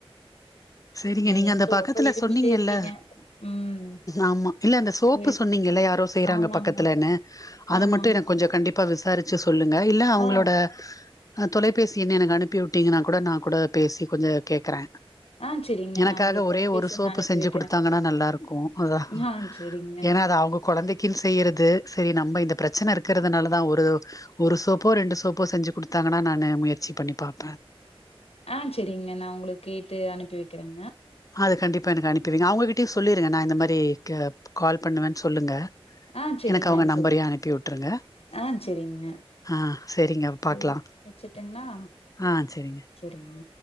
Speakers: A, on the left; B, on the left.
A: சரிங்க நீங்க
B: நீங்களும்
A: அந்த பக்கத்துல
B: ரொம்ப இருமிட்டே
A: சொன்னீங்கல்ல
B: இருக்கீங்க. ம்.
A: ஆமா இல்ல அந்த சோப்பு
B: சரி.
A: சொன்னீங்கல்ல யாரோ செய்யறாங்க
B: ஆமாங்க,
A: பக்கத்துலன்னு அது
B: ஆமாங்க.
A: மட்டும் எனக்கு கொஞ்சம் கண்டிப்பா விச விசாரிச்சு சொல்லுங்க இல்ல அவங்களோட
B: ஆ,
A: அஹ் தொலைபேசி என்ன எனக்கு அனுப்பி விட்டீங்கன்னா கூட நான் கூட பேசி கொஞ்சம் கேக்குறேன்
B: ஆ சரிங்க.
A: எனக்காக
B: நான் உங்களுக்கு
A: ஒரே
B: தொலைபேசி
A: ஒரு
B: எண்
A: சோப்பு
B: அனுப்பி
A: செஞ்சு
B: வைக்கிறேன்.
A: கொடுத்தாங்கன்னா நல்லா இருக்கும் அதான்
B: ஆ சரிங்க.
A: ஏன்னா அ அவங்க குழந்தைக்குன்னு செய்யறது சரி நம்ம இந்த பிரச்சனை இருக்கிறதுனால தான் ஒரு ஒரு சோப்போ ரெண்டு சோப்போ செஞ்சு கொடுத்தாங்கன்னா நான் முயற்சி பண்ணி பாபேன்
B: ஆஹ் சரிங்க நான் உங்களுக்கு கேட்டு அனுப்பி வைக்கிறேங்க
A: அது கண்டிப்பா எனக்கு அனுப்பிவிங்க அவங்ககிட்டயே சொல்லிருங்க நான் இந்த மாதிரி க கால் பண்ணுவேன்னு சொல்லுங்க
B: ஆஹ் சரிங்க
A: எனக்கு அவங்க நம்பரையும்
B: சரிங்க
A: அனுப்பி விட்டுருங்க.
B: ஆஹ் சரிங்க
A: ஆ சரிங்க
B: சரி
A: பாக்கலாம்.
B: வச்சட்டுங்கலா
A: ஆ சரிங்க.
B: சரிங்க